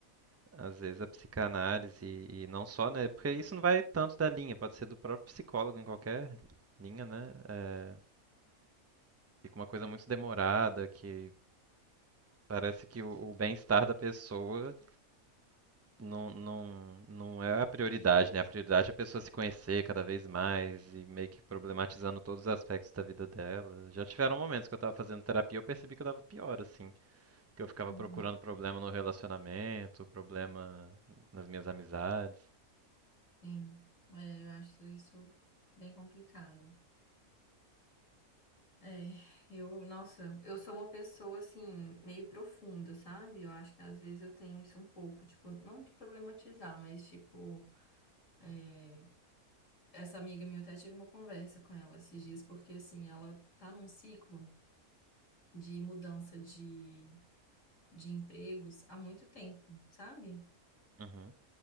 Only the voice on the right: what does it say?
Às vezes a psicanálise e, e não só, né? Porque isso não vai tanto da linha, pode ser do próprio psicólogo em qualquer linha, né? É, fica uma coisa muito demorada que parece que o, o bem-estar da pessoa não, não, não é a prioridade, né? A prioridade é a pessoa se conhecer cada vez mais e meio que problematizando todos os aspectos da vida dela. Já tiveram momentos que eu tava fazendo terapia e eu percebi que eu tava pior, assim. Que eu ficava
procurando problema no relacionamento, problema nas minhas amizades.
Uhum,